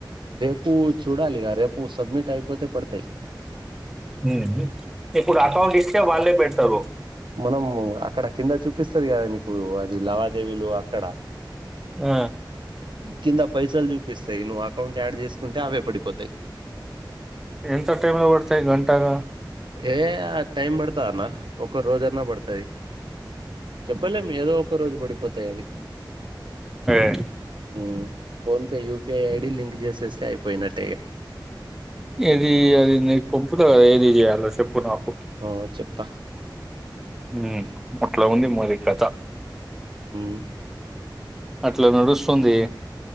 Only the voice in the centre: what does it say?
హుఉ ఇప్పుడు అకౌంట్ ఇస్తే వాళ్ళే పెడతరు
ఆ
ఎంత టైమ్ లో బడ్తాయ్ గంటల
అదె
ఏది అది నీకు పొంపుత ఏది చేయలో సెప్పు నాక్
ఉ అట్ల ఉంది మరి కథ
అట్ల నడుస్తుంది